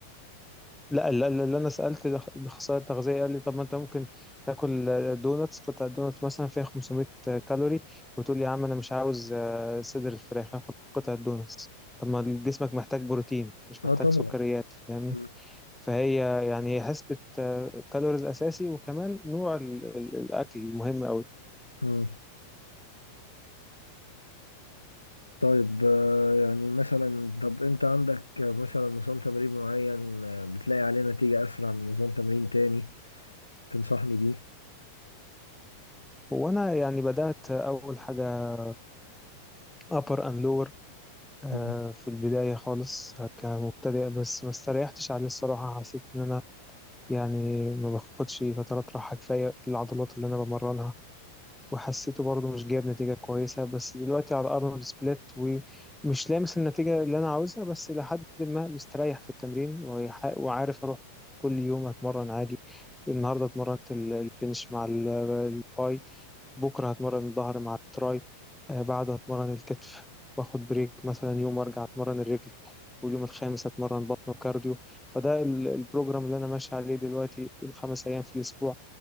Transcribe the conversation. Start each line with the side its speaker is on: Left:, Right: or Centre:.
Centre: لا لا لا لا، انا سالت الأخ- الاخصائي التغذيه قال لي طب ما انت ممكن تاكل آه، دوناتس قطعه دوناتس مثلا فيها 500 كالوري وتقول يا عم انا مش عاوز آه، صدر الفراخ هاخد قطعه دوناتس طب ما جسمك محتاج بروتين مش
Left: اه
Centre: محتاج
Left: طبعا
Centre: سكريات فاهمني
Left: مم.
Centre: فهي يعني هي حسبة آه، كالوريز أساسي وكمان نوع ال- ال- الأكل مهم أوي
Left: مم. طيب آه، يعني مثلا طب انت عندك مثلا نظام تمرين معين آه، بتلاقي عليه نتيجة اسرع من نظام تمرين تاني تنصحني بيه
Centre: وأنا يعني بدأت أول حاجة upper and lower آه،
Left: مم.
Centre: في البداية خالص كمبتدئ بس ما استريحتش عليه الصراحة حسيت إن أنا يعني ما باخدش فترات راحة كفاية للعضلات اللي أنا بمرنها وحسيته برضه مش جايب نتيجة كويسة بس دلوقتي على أرنولد سبليت ومش لامس النتيجة اللي أنا عاوزها بس إلى حد ما مستريح في التمرين ويح- وعارف أروح كل يوم أتمرن عادي النهاردة اتمرنت ال- البنش مع ال- الباي بكرة هتمرن الظهر مع التراي آه، بعده هتمرن الكتف واخد بريك مثلا يوم وارجع اتمرن الرجل واليوم الخامس هتمرن بطن وكارديو فده ال- البروجرام اللي انا ماشي عليه دلوقتي الخمس ايام في الاسبوع